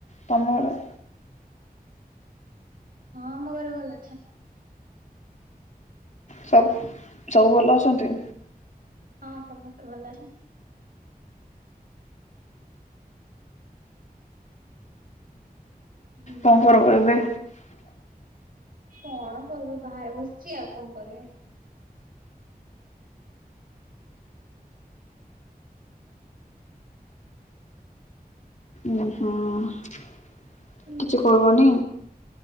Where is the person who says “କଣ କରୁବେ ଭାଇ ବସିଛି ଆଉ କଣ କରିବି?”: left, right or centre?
Right